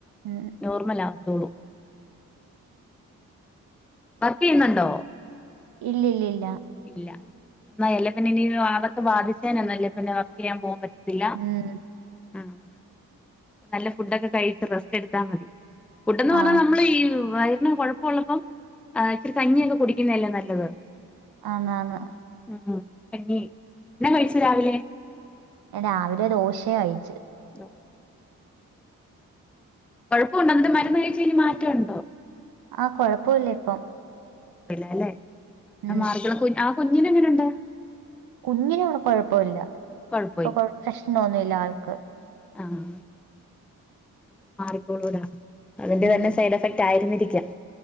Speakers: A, on the right; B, in the centre.
A: ഉം
B: നോർമലാവത്തൊള്ളൂ വർക്ക് ചെയ്യുന്നുണ്ടോ
A: ഇല്ല ഇല്ലില്ല
B: ഇല്ല <unintelligible> അതൊക്കെ ബാധിച്ചേനന്നുംല്ല പിന്നെ വർക്ക് ചെയ്യാൻ പോകാൻ പറ്റ് ഇല്ല
A: ഉം
B: അപ്പോ നല്ല ഫുഡൊക്കെ കഴിച്‌ റെസ്റ്റ് എടുത്താ മതി ഫുഡെന്ന് പറഞ്ഞാൽ
A: ആ
B: നമ്മള് ഈ വയറിന് കൊഴപ്പ ള്ളപ്പം ഏഹ് ഇച്ചരി കഞ്ഞിയൊക്കെ കുടിക്കുന്നതല്ലേ നല്ലത്
A: ആന്ന് ആന്ന്
B: ഉം കഞ്ഞി എന്നാ കഴിച്ചു രാവിലെ?
A: ഞാൻ രാവിലെ ദോശയാ കയിച്ച്
B: ദോശ കൊഴപ്പോണ്ടോ ന്നിട്ട് മര്ന്ന് കഴിച് കഴിഞ്ഞ് മാറ്റോണ്ടോ
A: ആഹ് കൊഴപ്പവില്ല ഇപ്പം
B: കൊഴപ്പില്ല ല്ലെ ആ ന്നാ
A: ഉം
B: മാറിക്കോളും കുഞ്‌ ആ കുഞ്ഞിനെങ്ങനെണ്ട്
A: കുഞ്ഞിന് ഇവിടെ കുഴപ്പല്ല
B: കുഴപ്പമില്ല
A: ഇപ്പൊ പ്രശ്നൊന്നുല്ല ആൾക്ക്
B: ആഹ് അപ്പം മാറിക്കോളൂടാ അതിന്റെ
A: ഉം
B: തന്നെ സൈഡ് എഫക്ട് ആയിരുന്നിരിക്കും.